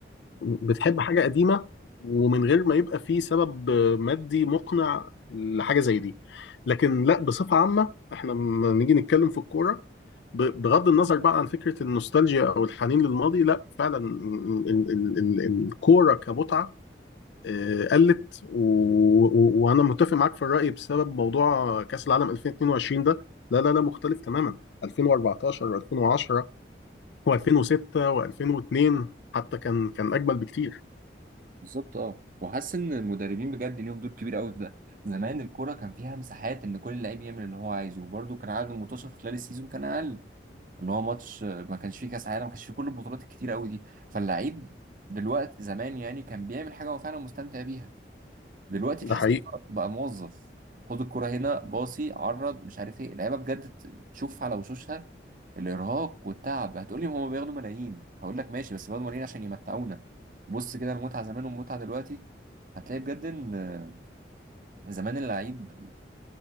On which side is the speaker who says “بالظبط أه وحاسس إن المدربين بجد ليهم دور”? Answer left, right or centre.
Right